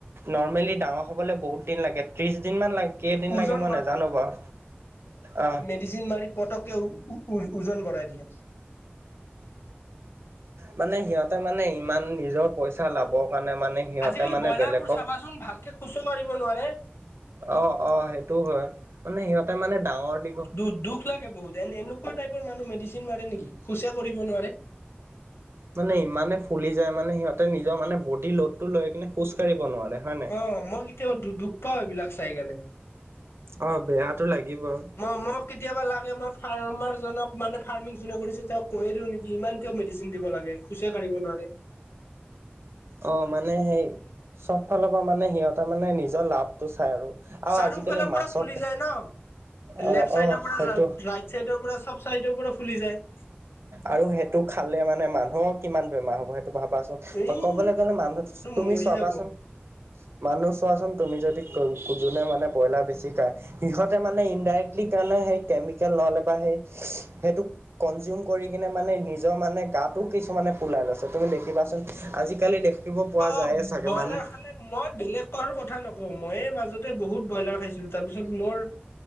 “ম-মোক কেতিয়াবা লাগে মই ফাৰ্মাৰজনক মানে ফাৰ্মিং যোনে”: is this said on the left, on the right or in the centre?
Left